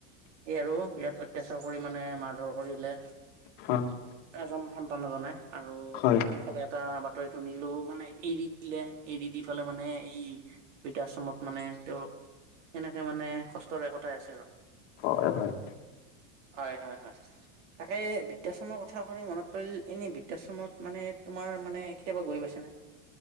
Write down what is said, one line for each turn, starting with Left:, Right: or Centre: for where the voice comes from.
Right: এই আৰু বিৰাট অত্যাচাৰ কৰি মানে মাৰ ধৰক কৰিলে
Left: হয়
Right: এজন সন্তান এজনে আৰু
Left: হয় হয়
Right: আনফালে এটা বাতৰি খুনিলোঁ মানে এৰি দিলে এৰি দি পেলাই মানে এই বৃদ্ধাশ্ৰমত মানে তেওঁৰ সেনেকে মানে কষ্টৰে একথাই আছে আৰু
Left: হয় হয়
Right: হয় হয় হয় তাকে বৃদ্ধাশ্ৰমৰ কথা শুনি মনত পৰিল এনে বৃদ্ধাশ্ৰমত মানে তোমাৰ মানে কেয়াবা গৈ পাইছেনে